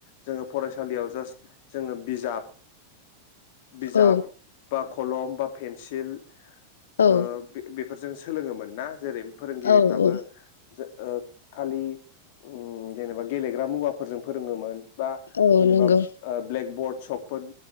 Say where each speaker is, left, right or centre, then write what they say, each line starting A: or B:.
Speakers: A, on the left; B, on the left.
A: जोङो फरायसालियाव जास्ट जोङो बिजाब। बिजाब
B: औ
A: बा कलम बा पेेनसिल।
B: औ
A: ओ बे बे। फोरजों सोलोङोमोन ना जेरै फोरोंगिरिफ्राबो
B: औ औ
A: जो ओ खालि उम जेनेबा गेलेग्रा मुवाफोरजों फोरोङोमोन। बा
B: औ
A: जेनेबा
B: नंगौ
A: ब्लेकबर्ड सकफोर